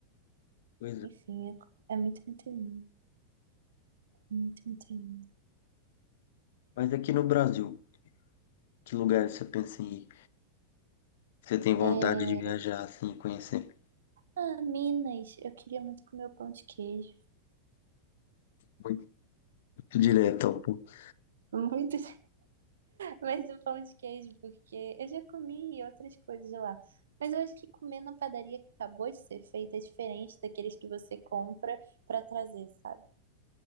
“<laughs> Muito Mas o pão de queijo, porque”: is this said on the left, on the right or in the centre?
Right